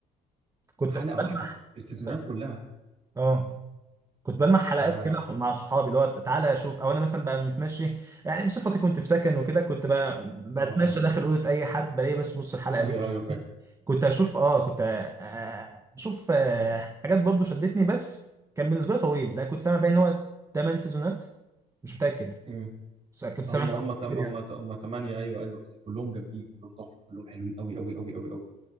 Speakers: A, on the right; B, on the right.
A: كنت
B: حلقه
A: بلمح
B: واحده في السيزونات
A: ب-
B: كلها
A: اه كنت بلمح حلقات
B: ف اه
A: كده مع صحابي اللي هو تعالى اشوف او انا مثلا بقى متمشي يعني بصفتي كنت في سكن وكده كنت بقى بتمشى
B: اه
A: داخل اوضه اي حد بلاقي بس بص الحلقه
B: ايوه
A: دي مش
B: ايوه
A: عارف
B: فاهم
A: إيه. كنت اشوف اه كنت آه، اشوف آه، حاجات برضو شدتني بس كان بالنسبه لي طويل لا كنت سامع بقى ان هو 8 سيزونات مش متاكد
B: امم
A: بس كنت
B: هم
A: سامع انه
B: هم
A: رقم
B: تم
A: كبير
B: هم
A: يعني
B: هم ثمانية ايوه ايوه بس كلهم جامدين كلهم تحفة كلهم حلوين قوي قوي قوي قوي قوي